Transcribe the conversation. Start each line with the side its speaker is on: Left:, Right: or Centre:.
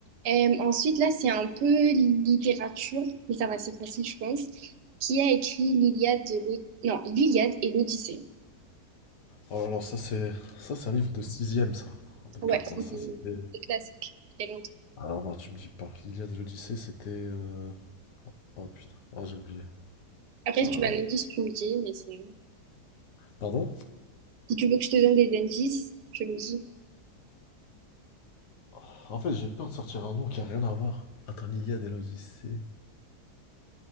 Right: Euh, ensuite, là, c'est un peu littérature, mais ça va, c'est facile, je pense. Qui a écrit l'Iliade de l'O- non, l'Iliade et l'Odyssée?
Left: Oh là là, ça c'est, ça c'est un livre de sixième, ça. Donc
Right: Ouais,
Left: attends,
Right: c'est
Left: ça
Right: des,
Left: c'est.
Right: des classiques. Il y a longtemps.
Left: Alors non, tu me dis pas. L'Iliade et l'Odyssée, c'était... euh, Oh putain, oh, j'ai oublié.
Right: Après,
Left: Oh
Right: si tu
Left: là
Right: veux
Left: là.
Right: un indice, tu me dis, mais c'est...
Left: Pardon?
Right: Si tu veux que je te donne des indices, tu me dis.
Left: Oh, En fait, j'ai peur de sortir un nom qui a rien à voir. Attends, l'Iliade et l'Odyssée.